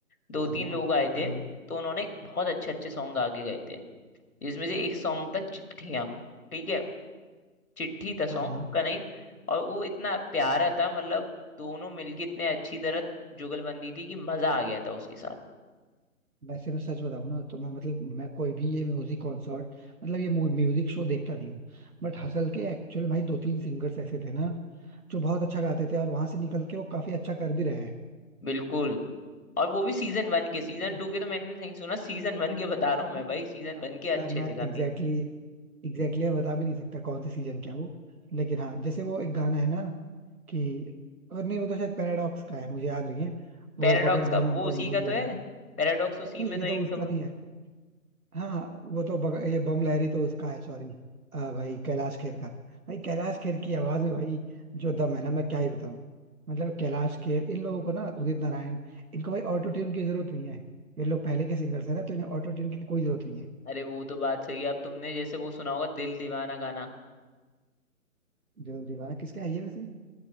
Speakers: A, on the left; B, on the right.
A: दो
B: हाँ
A: तीन
B: हाँ
A: लोग आए थे
B: हाँ
A: तो उन्होंने बहुत अच्छे अच्छे सॉन्ग आगे गए थे जिसमें से एक सॉन्ग था चिट्ठियां ठीक है चिट्ठी था
B: हाँ
A: सॉन्ग
B: हाँ।
A: का नेम और वो इतना प्यारा था मतलब दोनों मिलके इतने अच्छी तरह जुगलबंदी थी कि मजा आ गया था उसके साथ
B: वैसे मैं सच बताऊं ना तो मैं मतलब मैं कोई भी ये म्यूजिक कॉन्सर्ट मतलब ये म्यूजिक शो देखता नहीं हूँ बट हसल के एक्चुअल भाई दो तीन सिंगर्स ऐसे थे ना जो बहुत अच्छा गाते थे और वहां से निकल के वो काफी अच्छा कर भी रहे हैं
A: बिल्कुल और वो भी सीजन वन के सीजन
B: से
A: टू के तो मैंने नहीं सुना सीजन वन के बता रहा हूँ
B: नहीं
A: मैं भाई सीजन वन
B: अब
A: के अच्छे
B: मैं मैं
A: थे काफी
B: एग्जैक्टली exactly, एग्जैक्टली exactly बता भी नहीं सकता कौन से सीजन का है वो लेकिन हाँ जैसे वो एक गाना है ना कि और नहीं वो तो शायद पैराडॉक्स का है मुझे याद नहीं है वो
A: पैराडॉक्स
B: पकड़
A: का
B: बम
A: वो
B: बम
A: उसी
B: बम
A: का तो
B: लहरी
A: है पैराडॉक्स
B: नहीं
A: उसी
B: नहीं
A: में
B: ये
A: तो एक
B: तो उसका
A: कम-
B: नहीं है हाँ वो तो बग, ये बम लहरी तो उसका है सॉरी भाई कैलाश खेर का भाई कैलाश खेर की आवाज में भाई जो दम है ना मैं क्या ही बताऊं मतलब कैलाश खेर इन लोगों को ना उदित नारायण इनको भाई ऑटो ट्यून की जरूरत नहीं है ये लोग पहले के सिंगर्स हैं ना तो इन्हें ऑटो ट्यून की कोई जरूरत नहीं है
A: अरे वो तो बात सही है अब तुमने जैसे वो सुना होगा दिल दीवाना गाना
B: दिल दीवाना किसका है ये वैसे